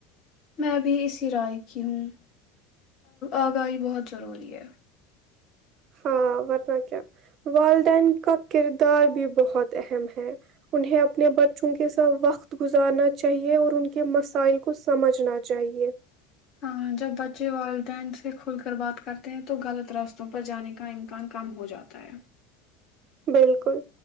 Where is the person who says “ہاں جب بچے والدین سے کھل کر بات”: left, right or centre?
Left